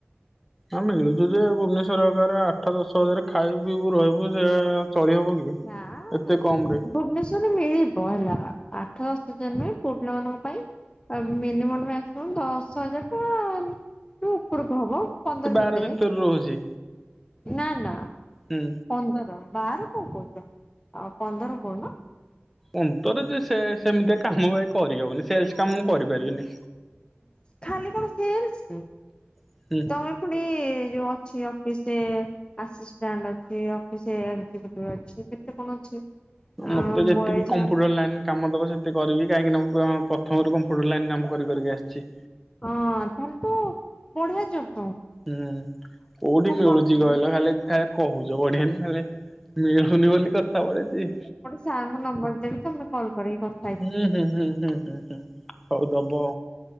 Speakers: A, in the centre; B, on the left.
A: ଆ ମିଳୁଚୁ ଯେ ଭୁବନେଶ୍ଵର ଆଠ ଦଶ ହଜାର ଖାଇ ପିଇବୁ ରହିବୁ ସେଆ ଚଳି ହବ କି।
B: ନାଁ।
A: ଏତେ କମ ରେ
B: ଭୁବନେଶ୍ଵରରେ ମିଳିବ ହେଲା ଆଠ ଦଶ ହଜାର ପୁଅ ପିଲା ମାନଙ୍କ ପାଇଁ। ମିନିମମ ମାକ୍ସିମମ ଦଶ ହଜାର ଟଙ୍କା ଉପରକୁ ହବ। ପନ୍ଦର
A: ଏ ବାର
B: ଭିତରେ
A: ରହୁଛି
B: ନା ନା।
A: ହୁଁ।
B: ପନ୍ଦର। ବାର କଣ କହୁଛ ଆଉ ପନ୍ଦର କହୁନ।
A: ଅନ୍ତର ଯେ ସେ ସେମିତିଆ କାମ ଭାଇ କରିହବନି ସେଲସ କାମ ମୁଁ କରିପାରିବିନି।
B: ଖାଲି କଣ ସେଲସ
A: ହୁଁ।
B: ତମର। ପୁଣି ଯୋଉ ଅଛି ଅଫିସରେ। ଆଛା। ଆସିଷ୍ଟାଣ୍ଟ ଅଫିସ ହେଲଥ କେତେ କଣ ଅଛି। ଆ
A: ମତେ ଯେତିକି
B: ବଏଜ
A: କମ୍ପ୍ୟୁଟର
B: ମାନେ
A: ଲାଇନ୍। କାମ ଦବ ସେତେ କରିବି କାହିଁକି ନା ପ୍ରଥମରୁ କଣ ଫୁଡ ଲାଇନ କାମ କରି କରିକି ଆସିଛି।
B: ହଁ ତାହେଲେ ତୁ ବଢିଆ ଜବ।
A: ହୁଁ କୋଉଠି ମିଳୁଛି
B: କମ୍ପ୍ୟୁଟର
A: କହିଲ ଖାଲି ଏ କହୁଛ ବଢିଆନା ଖାଲି। ମିଳୁନି ବୋଲି କଥା ପଡିଚି।
B: ସାର୍ ଙ୍କ ନମ୍ବର ଦେବି ତମେ କଲ୍ କରିକି କ
A: ହୁଁ ହୁଁ ହୁଁ ହୁଁ ହୁଁ ହୁଁ ହଉଦବ।